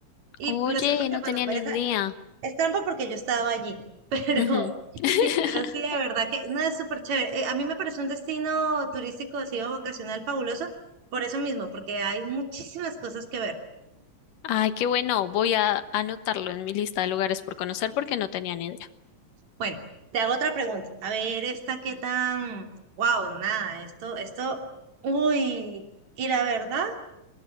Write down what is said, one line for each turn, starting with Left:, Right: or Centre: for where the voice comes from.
Right: Y
Left: Oye,
Right: lo sé porque,
Left: no
Right: bueno,
Left: tenía
Right: pues
Left: ni idea.
Right: ah, es trampa porque yo estaba allí, <laughs> pero
Left: Ujú. <laughs>
Right: sí, pero sí, de verdad que no es súper chévere. Eh, a mí me parece un destino turístico, así o vacacional fabuloso, por eso mismo, porque hay muchísimas cosas que ver.
Left: Ay, qué bueno. Voy a anotarlo en mi lista de lugares por conocer porque no tenía ni idea.
Right: Bueno, te hago otra pregunta. A ver, esta qué tan. Wow, nada, esto, esto. Uy, y la verdad,